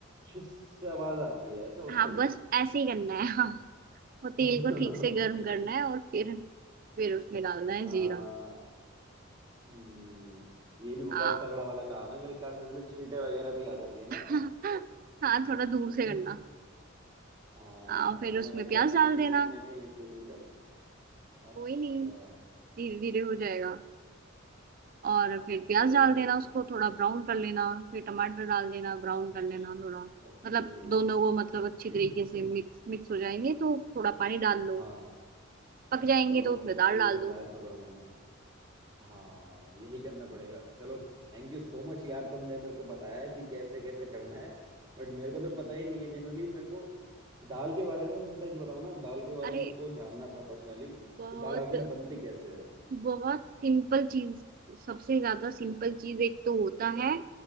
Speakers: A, on the right; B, on the right.
A: छिस से आवाज आती है ऐसा होता
B: हाँ
A: है क्या
B: बस ऐसे ही करना है <laughs> हाँ वो तेल
A: <laughs>
B: को ठीक से गर्म करना है और फिर फिर उसमें डालना है
A: आ,
B: जीरा
A: हम्म, ये भी बहुत
B: हाँ
A: तगड़ा वाला काम है मेरे ख्याल से इसमें छींटे वगैरह भी आ जाती है
B: <laughs> हाँ थोड़ा दूर से
A: <laughs>
B: करना
A: हाँ
B: हाँ फिर
A: इतना
B: उसमें
A: मेरे
B: प्याज
A: को एक्सपीरियंस
B: डाल देना
A: तो नहीं है कुकिंग का अच्छा
B: कोई नहीं धीरे धीरे हो जाएगा और
A: हाँ
B: फिर प्याज
A: तो
B: डाल देना उसको थोड़ा ब्राउन कर लेना फिर टमाटर डाल देना ब्राउन
A: अच्छा
B: कर लेना थोड़ा
A: ओके
B: मतलब दोनों को मतलब अच्छी
A: <clears throat>
B: तरीके से मिक्स मिक्स हो जाएंगे तो थोड़ा पानी डाल लो
A: हाँ
B: पक जाएंगे
A: चलो
B: तो उसमें दाल
A: ये
B: डाल दो
A: ट्राई तो करूंगा मैं हाँ यही करना पड़ेगा चलो थैंक यू सो मच यार तुमने मेरे को बताया कि कैसे कैसे करना है बट मेरे को तो पता ही नहीं है जनरली मेरे को दाल के बारे में मैं सच बताऊं ना दाल के बारे
B: अरे
A: में मेरे को जानना था पर्सनली कि
B: बहुत
A: दाल आखिर बनती कैसे है
B: बहुत सिंपल चीज सबसे ज्यादा सिंपल चीज एक तो होता है